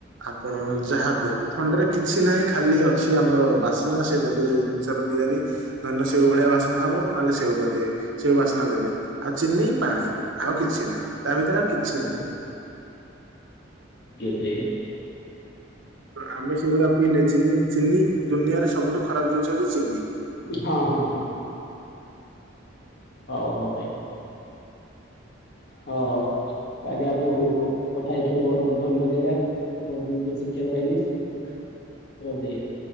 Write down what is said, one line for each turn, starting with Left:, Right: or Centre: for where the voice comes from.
Right: ଆପଣ
Left: ହୁଁ
Right: ଯାହା ପିଅନ୍ତୁ। ଥଣ୍ଡାରେ କିଛି ନାହିଁ ଖାଲି ଅଛି ଆମର ବାସ୍ନା ସେ ଦେବେ ଯୋଉ ଜିନିଷଟା ତିଆରି ଧାନ ସେଉ ଭଳିଆ ବାସ୍ନା ହବ ତାହେଲେ ସେଉ କରିବେ ସେଉ ବାସ୍ନା ଦେବେ ଆଉ ଚିନି ପାଣି ଆଉ କିଛି ନାହିଁ ତା ଭିତରେ କିଛି
Left: ହଉ
Right: ନା
Left: ସେଏ
Right: ଆମେ ସେଗୁଡା ପିଇଲେ ଚିନି ଚିନି ଦୁନିଆରେ ସବୁଠୁ ଖରାପ ଜିନିଷ ହଉଛି ଚିନି।
Left: ହଁ ହଁ ହଁ। ହଉ ହଉ ଭାଇ ହଁ ହଉ ଆଜ୍ଞା ଆପଣ କଥା ଏଇଥରୁ ବହୁତ ବହୁତ ଧନ୍ୟବାଦ ଆଜ୍ଞା। ବହୁତ ଗୁକ ଶିକ୍ଷିବାକୁ ପାଇଲିି ରହୁଚି ଆଜ୍ଞା।